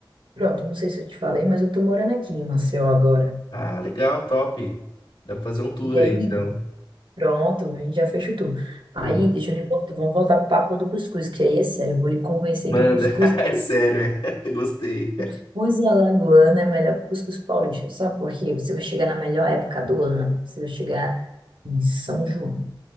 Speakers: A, on the right (about 75°); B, on the left (about 80°).
A: Pronto, não sei se eu te falei, mas eu tô morando aqui em Maceió agora.
B: Ah, legal, top. Dá pra fazer um tour
A: E
B: aí,
A: aí,
B: então.
A: pronto, a gente já fez o tour. Aí,
B: Pô,
A: deixa eu lhe voltar, vamos voltar pro papo do cuscuz, que aí é sério, eu vou lhe convencer
B: Manda.
A: que o cuscuz,
B: <laughs> É sério, é. <laughs> Gostei.
A: cuscuz alagoano é melhor que o cuscuz paulista. Sabe por quê? Você vai chegar na melhor época do ano, você vai chegar em São João.